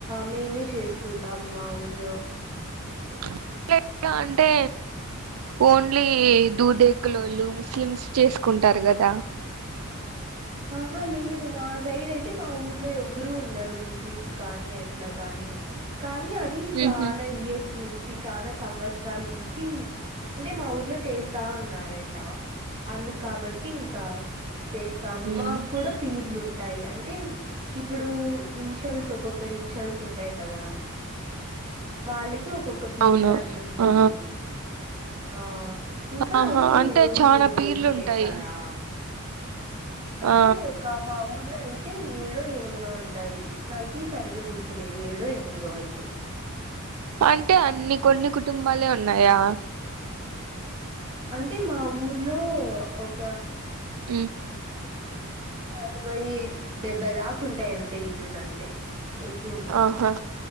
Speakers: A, on the right; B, on the right.
A: మేమే చేసుకుంన్ దాముమా ఊర్లో
B: <unintelligible> అంటే ఓన్లీ ఏ దూదేకు
A: ఉమ్
B: లోళ్ళు ముస్లిమ్స్ చేసుకుంటారు కదా
A: ఆహా లేదు మా సైడ్ అయితే మా ఊర్లో ఎవరు ఉండరు ముస్లిమ్స్ కానీ అట్లా కానీ కానీ అది చాన
B: ఉహు
A: ఇయర్స్ నుంచి చాలా సంవత్సరాల నుంచి అంటే మా ఊర్ లో చేస్తా ఉన్నారంట అందు కాబట్టి ఇంకా చేస్ ము
B: ఉమ్
A: మాకు కూడా పీర్లు ఉన్ టాయి అంటే ఇప్పుడు ఇన్షల్స్ ఒకొక్ క్కరి ఇన్షాల్స్ ఉంటాయి కదా వాళ్ళకి ఒక్కొక్క పీరు
B: అవును
A: అట్లు ఉంటుంది
B: ఆ
A: ఆ ఇంకా
B: ఆహా
A: అది ఎన్ని
B: అంటే
A: రోజులు
B: చానా
A: మూడు
B: పీర్లు
A: రోజులు
B: ఉంటాయి
A: చేస్తారా అంటే
B: ఆ
A: ఒక మా ఊర్లో అయితే ఏడో ఎనిమిదో ఉంటాయి నల్పీస్ సరిగ్గా గుర్తులేదు ఏడో ఎనిమిదో అయితే
B: అంటే అన్ని కొన్ని కుటుంబాలే ఉన్నాయా
A: అంటే మా ఊర్లో ఒక
B: ఉమ్,
A: అరవై డెబ్బై దాకా ఉంటాయి అంతే ఇల్లులు అంతే ఎక్కువ ఉండవు
B: ఆహా